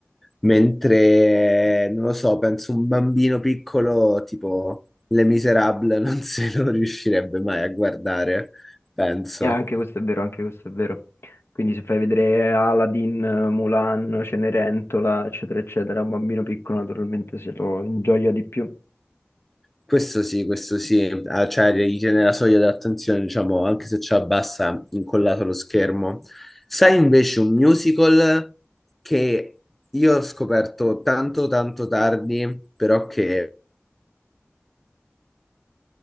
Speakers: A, in the centre; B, on the left (about 75°).
A: Mentre, non lo so, penso un bambino piccolo tipo Les Miserables non <laughs> se lo riuscirebbe mai a guardare, penso.
B: E anche questo è vero, anche questo è vero. Quindi se fai vedere Aladdin, Mulan, Cenerentola, eccetera, eccetera, un bambino piccolo naturalmente se lo ingioia di più.
A: Questo sì, questo sì, ah, cioè gli tiene la soglia dell'attenzione, diciamo, anche se ci abbassa incollato lo schermo. Sai invece un musical che io ho scoperto tanto tanto tardi, però che